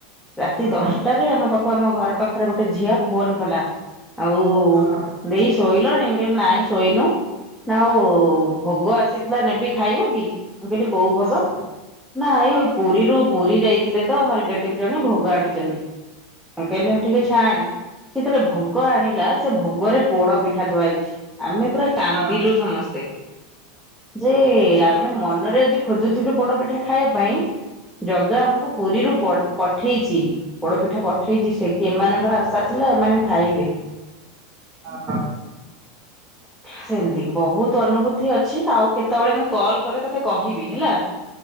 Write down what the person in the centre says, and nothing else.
ରାତି
ଦଶ ଟାରେ ଆମ ପାଖକୁ ଆମ ଘର ପାଖରେ ଗୋଟେ ଝିଅ ଫୋନ୍ କଲା ଆଉ
ଦେଇ ଶୋଇଲଣି ମୁଁ କହିଲି ନାଇଁ ଶୋଇନୁ ନା ଆଉ ଭୋଗ ଆସିଥିଲା ନେବି ଖାଇବ କି ମୁଁ କହିଲି କୋଉ ଭୋଗ?
ନା
ଏଇ ପୁରୀରୁ ପୁରୀ ଯାଇଥିଲେ ତ ଆମ ରିଲେଟିଭ ଜଣେ ଭୋଗ ଆଣିଛନ୍ତି। ମୁଁ କହିଲି ହଁ ଠିକ୍ ଅଛି ଛାଣେ ସିଏ ତେବେଳେ ଭୋଗ ଆଣିଲା ସେ ଭୋଗରେ ପୋଡ଼ ପିଠା ଥୁଆ ହେଇଛି ଆମେ ପୁରା କାନ୍ଦିଲୁ
ସମସ୍ତେ ଯେ ଆମେ ମନରେ ଆଜି ଖୋଜୁଥିଲୁ ପୋଡ଼ ପିଠା ଖାଇବା ପାଇଁ ଜଗା ଆମକୁ ପୁରୀରୁ ପଠେଇଛି ପୋଡ଼ ପିଠା ପଠେଇଛି ସେ କି ଏମାନଙ୍କର ଆଶା ଥିଲା ଏମାନେ ଖାଇବେ
ସେମିତି ବହୁତ ଅନୁଭୂତି ଅଛି ଆଉ କେତେବେଳେ ମୁଁ କଲ୍ କଲେ ତତେ କହିବି ହେଲା